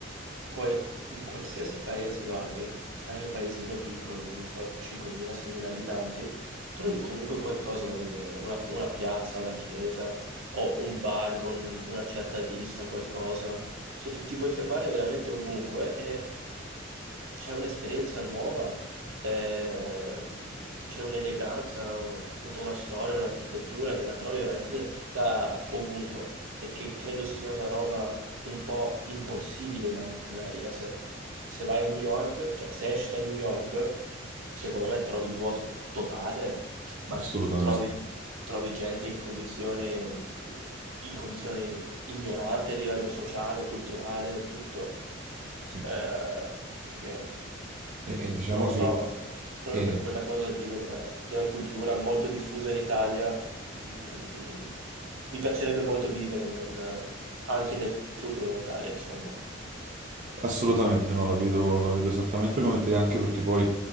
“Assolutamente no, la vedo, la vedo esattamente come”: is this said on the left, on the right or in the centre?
Right